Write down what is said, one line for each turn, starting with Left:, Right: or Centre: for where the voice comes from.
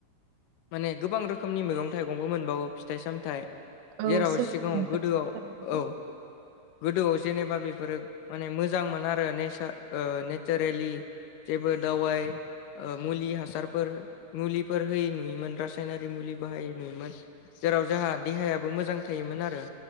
Left: माने गोबां रोखोमनि मैगं थाइगंबो मोनबावो फिथाइ सामथाय
Right: औ
Left: जेराव
Right: सैथो
Left: सिगाङाव
Right: नोंथां
Left: गोदोआव
Right: थारैनो।
Left: औ गोदोआव जेनेबा बेफोर माने मोजांमोन आरो नेसा ओ नेचारेलि जेबो दावाइ ओ मुलि हासारफोर मुलिफोर होयि नुयोमोन हास रायनारि मुलि बाहायि नुयोमोन जेराव जोंहा देहायाबो मोजां थायोमोन आरो